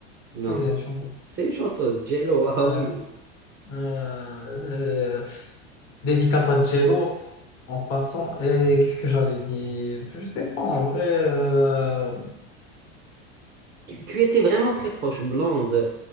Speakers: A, on the right (about 30°); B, on the left (about 60°).
A: Non,
B: Si, c'est une chanteuse.
A: c'est une chanteuse. j ah
B: Euh,
A: oui.
B: euh, euh, dédicace à Jello en passant. Et qu'est-ce que j'allais dire? Je sais pas en vrai. euh,
A: Tu, tu étais vraiment très proche, blonde.